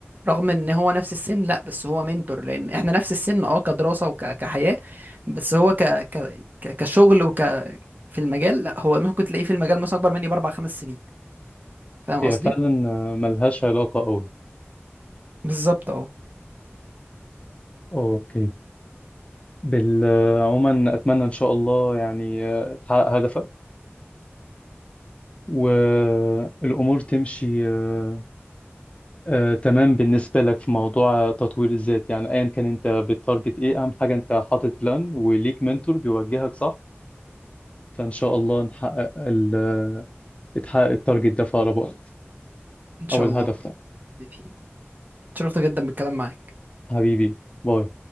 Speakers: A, on the right; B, on the left.
A: رغم ان هو نفس السن لا بس هو منتور لان احنا نفس السن اه كدراسة وكحياة بس هو ك... ك... ك- كشغل وك في المجال لا هو ممكن تلاقيه في المجال مثلا اكبر مني باربع خمس سنين فاهم
B: هي
A: قصدي؟
B: فعلا آه، ملهاش علاقة قوي
A: بالظبط اهو
B: اوكي بال- آه، عموما أتمنى إن شاء الله يعني آه، تحقق هدفك والأمور تمشي آه، آه، تمام بالنسبة لك في موضوع تطوير الذات يعني أيا كان أنت بتارجت إيه أهم حاجة أنت حاطط بلان وليك منتور بيوجهك صح فإن شاء الله نحقق ال... يتحقق التارجت ده في أقرب وقت
A: ان شاء
B: أو الهدف
A: الله
B: ده
A: حبيبي اتشرفت جدا بالكلام معاك
B: حبيبي باي